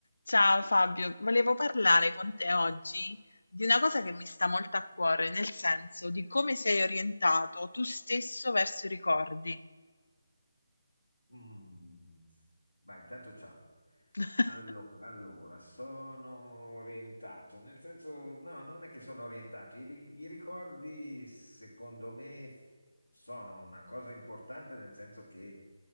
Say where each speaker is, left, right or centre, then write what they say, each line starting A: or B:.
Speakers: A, on the left; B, on the left.
A: Ciao Fabio, volevo parlare con te oggi di una cosa che mi sta molto a cuore, nel senso di come sei orientato tu stesso verso i ricordi.
B: Mm. Vai, intanto ciao.
A: <laughs>
B: Allora, allora, sono orientato, nel senso, no, non è che sono orientato, i, ri- i ricordi secondo me sono una cosa importante nel senso che